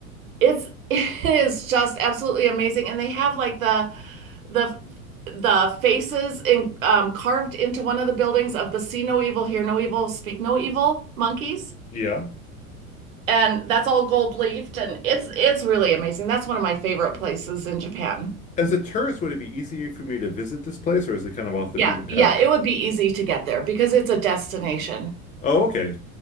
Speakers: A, on the right (about 65°); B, on the left (about 20°).
A: It's <laughs> it is just absolutely amazing. And they have like the the the faces in, um, carved into one of the buildings of the See No Evil, Hear No Evil, Speak No Evil monkeys.
B: Yeah.
A: and that's all gold leafed and it's it's really amazing. That's one of my favorite places in Japan.
B: As a tourist, would it be easier for me to visit this place or is it kind of off the
A: Yeah,
B: beaten path?
A: yeah, it would be easy to get there because it's a destination.
B: Oh, okay.